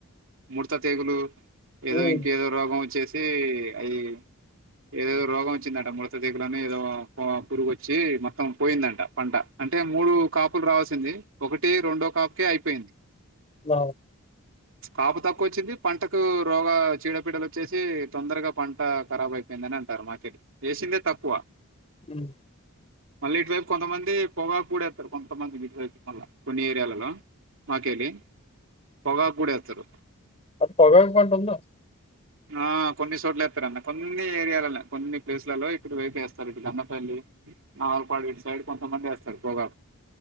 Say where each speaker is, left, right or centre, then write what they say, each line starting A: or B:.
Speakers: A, on the right; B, on the left.
A: ముడత తీగులు ఏదో
B: హ్మ్
A: ఇంకేదో రోగం వచ్చేసి అది ఏదేదో రోగం వచ్చిందంట మృతదేగలోనే ఏదో పురుగుచ్చి మొత్తం పోయిందంట పంట అంటే మూడు కాపులు రావాల్సింది ఒకటి రెండో కాప్కే ఐ స్పెన్
B: అ
A: కాపు తక్కువ వచ్చింది పంటకు రోగ చీడ పపీడలు వచ్చేసి తొందరగా పంట ఖరాబ్ అయిపోయిందని అంటారు మాకెళ వేసింది తప్పువ
B: హ్మ్
A: మల్ ఇట్ కొంతమంది పొగా పడేస్తారు కొంతమంది మళ్ళ కొన్ని ఏరియాలలో మాకెళ్ళి పొగాకు కూడా వేస్తారు
B: అది పగా పంటంద
A: ఆ కొన్ని చోట్ల వస్తారున్న కొన్ని ఏరియాలలో కొన్ని ప్లేసులలో ఇప్పుడు వైపేస్తారు ఇ కన్నపల్లి ఆవలపాడు సైడ్ కొంతమంది వస్తారు పోగా